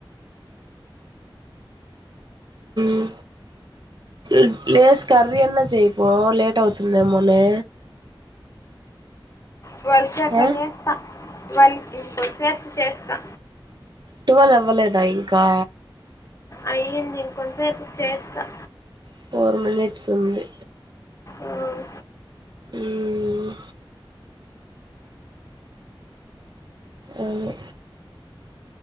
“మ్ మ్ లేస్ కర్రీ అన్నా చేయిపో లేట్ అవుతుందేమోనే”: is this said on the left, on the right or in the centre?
Right